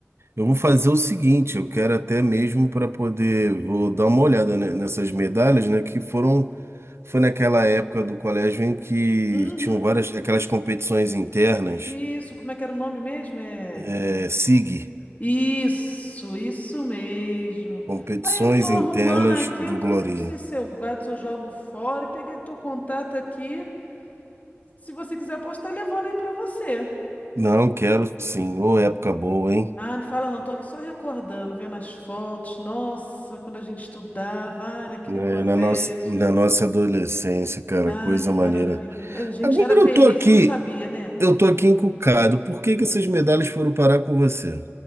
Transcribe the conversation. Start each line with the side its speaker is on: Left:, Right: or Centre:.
Right: Eu vou fazer o seguinte, eu quero até mesmo para poder, vou dar uma olhada ne- nessas medalhas, né, que foram foi naquela época do colégio em que
Left: Uhum.
Right: tinham várias aquelas competições internas,
Left: Isso, como é que era o nome mesmo? É.
Right: é, SIG,
Left: Isso, isso mesmo.
Right: competições
Left: Aí eu tô arrumando
Right: internas
Left: aqui,
Right: do
Left: eu tô
Right: Glorinha.
Left: assim, não sei se eu guardo, se eu jogo fora, e peguei teu contato aqui. Se você quiser, eu posso estar levando aí pra você.
Right: Não, quero sim. Ô, época boa, hein?
Left: Ah, não fala não, tô aqui só recordando, vendo as fotos. Nossa, quando a gente estudava, ai, naquele
Right: É,
Left: colégio.
Right: na nossa, na nossa adolescência, cara,
Left: Ai,
Right: coisa
Left: que
Right: maneira.
Left: maravilha, né? A gente
Right: Agora
Left: era feliz
Right: eu tô aqui,
Left: e não sabia, né?
Right: eu tô aqui encucado. Por que que essas medalhas foram parar com você?